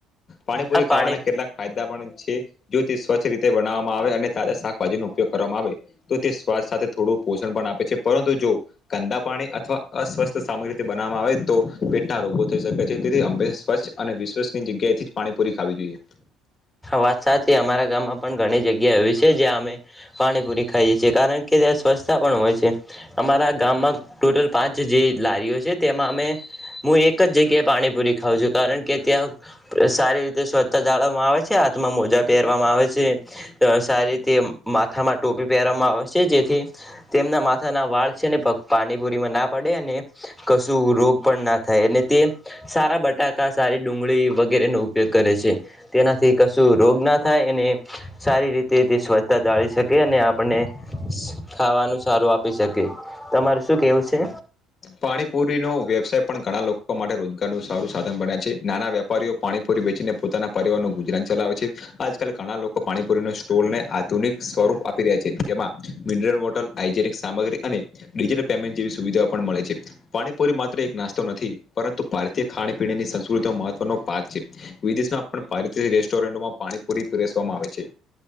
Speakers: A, on the left; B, in the centre.
A: પાણીપુરી
B: આ પાણી
A: ખાવાના કેટલાક ફાયદા પણ છે જો તે સ્વચ્છ રીતે બનાવવામાં આવે અને તાજા શાકભાજી નો ઉપયોગ કરવામાં આવે તો તે સ્વાથ સાથે થોડું પોષણ પણ આપે છે પરંતુ જો કંદા પાણી અથવા અસ્વસ્થ સામગ રીતે બનાવામાં આવે તો પેટ ના રોગો થઈ શકે જે તેથી અંબે સ્વચ્છ અને વિશવસની જગ્યાએથી પાણીપુરી ખાવી જોઈએ
B: વાત સાચી અમારા ગામમાં પણ ઘણી જગ્યા એવી છે જ્યાં અમે પાણીપુરી ખાઈએ છીએ કારણ કે ત્યાં સ્વચ્છતા પણ હોય છે અમારા ગામમાં ટોટલ પાંચ જે લારીઓ છે તેમાં અમે હું એક જ જગ્યાએ પાણીપુરી ખાવઉં છું કારણ કે ત્યાં સારી રીતે સ્વચ્છતા જાળવ હાથમાં મોજા પહેરવામાં આવે છે સારી રીતે માથામાં ટોપી પહેર આવે છે જેથી તેમના માથાના વાળ છેને પાણીપુરીમાં ના પડે અને કશું રોગ પણ ના થાય અને તે સારા બટાકા સારી ડુંગળી વગેરેનોો ઉપયોગ કરે છે તેનાથી કશું રોગ ના થાય એને સારી રીતે તે સ્વચ્છતા જાાળી શકે અને આપણને ખાવાનું સારું આપી શકે તમાર શું કેવું છે
A: પાણીપુરી નો વ્યવસાય પણ ઘણા લોકો માટે રોજગાર નું સારું સાધન બન્યા છે નાના વેપારીઓ પાણી વેચીને પોતાના પરિરનું ગુજરાન ચલાવે છે આજ કલ ઘણા લોકો પાણીપુરી ન સ્ટોલ આધુનિક સ્વરૂપ આપી રહ્યા છે જેમાં મિનરલ વોટર હાજેનિક સામગ્રી અને ડિજિટલ પેમેન્ટ જેવી સુવિધાઓ પણ મળે છે પાણીપુરી માત્ર એક નાસ્ તો નથી પરંતુ ભારતીય ખાણીપીણીની સં મહત્વ પાક છે, વિદેશમાં પણ પારિતિક રેસ્ટોરન્ટમાં પાણીપુરી પરસવામાં આવે છે.